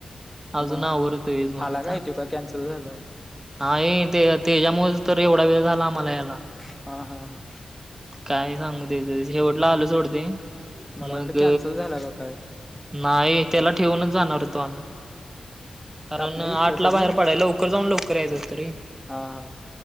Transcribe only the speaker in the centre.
मग
आला काय तो का कॅन्सल झाला
हा हा हा!
मला
वाटलं कॅन्सल झाला का काय
तापलेलीत
का सगळी
हा हा!